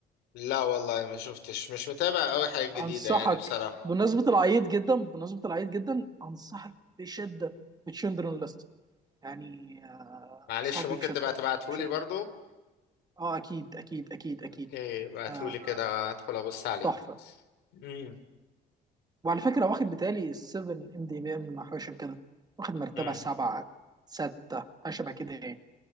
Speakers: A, on the left; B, on the right.
A: لا والله ما شفتش مش متابع قوي حاجة جديدة
B: انصحك
A: يعني بصراحة
B: بمناسبه العيط جدا بمناسبه العيط جدا انصحك بشده بتشندرن ليست يعني آه
A: معلش
B: انصحك
A: ممكن
B: بيه بشده
A: تبقى تبعتهولي
B: بشده
A: برضو
B: اه اكيد اكيد اكيد اكيد
A: اوكي بعتهولي
B: آه
A: كده هدخل ابص عليه
B: تحفه
A: امم
B: وعلى فكره واخد بتالي 7 ام دي بي ام حاجه شبه كده واخد مرتبه
A: امم
B: سبعه سته حاجه شبه كده يعني